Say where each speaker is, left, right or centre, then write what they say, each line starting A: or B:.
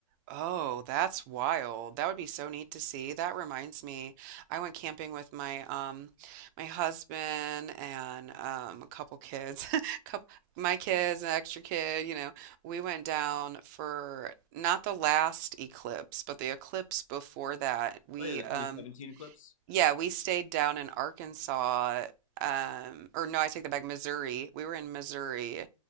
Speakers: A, on the right; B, on the left.
A: Oh, that's wild. That would be so neat to see. That reminds me, I went camping with my um my husband and um a couple kids. <laughs> Couple my kids, an extra kid, you know. We went down for not the last eclipse, but the eclipse before that. We
B: Oh yeah, the
A: um
B: 2017 eclipse.
A: yeah, we stayed down in Arkansas. Um, or no, I take that back, Missouri. We were in Missouri